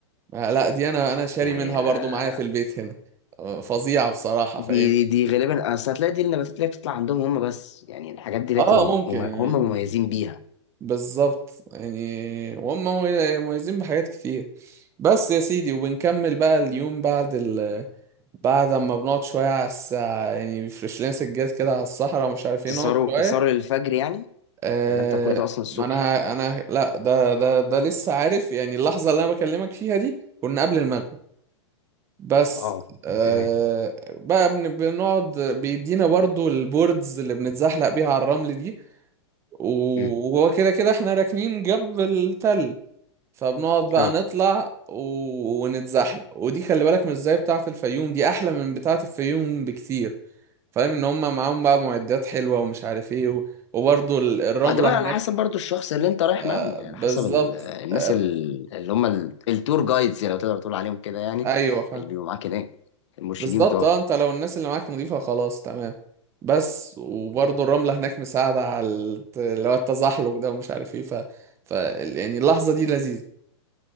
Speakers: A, on the right (about 15°); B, on the left (about 70°).
A: آه لا دي أنا أنا شاري
B: يعني
A: منها برضو
B: آه،
A: معايا في البيت هنا آه، فظيعة بصراحة
B: دي
A: فاهمني
B: دي, دي غالبا أصل هتلاقي دي النباتات اللي هي بتطلع عندهم هم بس يعني الحاجات دي اللي
A: اه
B: بتبقى
A: ممكن
B: مم-
A: يعني
B: هم مميزين بيها
A: بالظبط يعني وهم ممي- مميزين بحاجات كتير بس يا سيدي وبنكمل بقى اليوم بعد ال بعد اما بنقعد شوية على الساعة يعني بيفرش لنا سجاد كده على الصحراء ومش عارف
B: بتسهروا
A: ايه نقعد شوية
B: بتسهروا للفجر يعني
A: آه
B: ولا انت كل ده اصلا الصبح
A: ما انا انا لا ده ده ده لسه عارف يعني اللحظة اللي انا بكلمك فيها دي كنا قبل المغرب بس
B: اه
A: آه
B: تمام
A: بقى بن- بنقعد بيدينا برضو البوردز اللي بنتزحلق بيها على الرمل دي وهو
B: امم
A: كده كده احنا راكنين جنب التل فبنقعد بقى
B: اه
A: نطلع و... ونتزحلق ودي خلي بالك مش زي بتاعة الفيوم دي احلى من بتاعة الفيوم بكتير فاهم ان هم معاهم بقى معدات حلوة ومش عارف ايه و... وبرضو ال- الرملة
B: آه، ده بقى
A: هناك
B: على حسب برضو الشخص اللي انت رايح
A: آه
B: معاهم يعني
A: بالظبط
B: على حسب ال- الناس
A: آه
B: ال- اللي هم ال- التور جايدز يعني لو تقدر تقول عليهم كده يعني
A: ايوه فاهم
B: اللي بيبقوا معاك هناك المرشدين
A: بالظبط
B: بتوعك
A: اه انت لو الناس اللي معاك نضيفة خلاص تمام بس وبرضو الرملة هناك مساعدة على الت- اللي هو التزحلق ده ومش عارف ايه ف... ف يعني اللحظة دي لذيذة